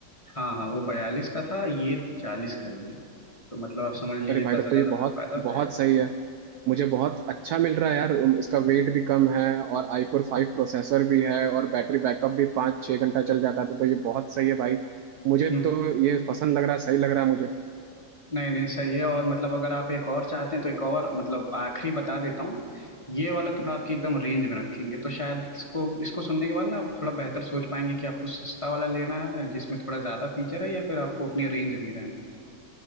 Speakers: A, on the left (about 20°); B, on the right (about 75°).
A: हाँ हाँ वो बयालीस का था ये चालीस का ही है तो मतलब आप समझ लीजिए
B: अरे भाई
A: दस
B: तब
A: हजार
B: तो ये
A: आपको
B: बहुत
A: फायदा हो
B: बहुत
A: जाएगा
B: सही है मुझे बहुत अच्छा मिल रहा है यार उम, इसका वेट भी कम है और iCore फाइव प्रोसेसर भी है और बैटरी बैकअप भी पाँच छः घंटा चल जाता है तो, तो ये बहुत सही है भाई मुझे
A: हम्म
B: तो ये पसंद लग रहा है सही लग रहा है मुझे
A: नहीं नहीं सही है और मतलब अगर आप एक और चाहते हैं तो एक और मतलब आखिरी बता देता हूँ ये वाला थोड़ा आपकी एकदम रेंज में रखेंगे तो शायद इसको इसको सुनने के बाद ना आप थोड़ा बेहतर सोच पाएंगे कि आपको सस्ता वाला लेना है जिसमें थोड़ा ज्यादा फीचर है या फिर आपको अपनी रेंज में ही रहना है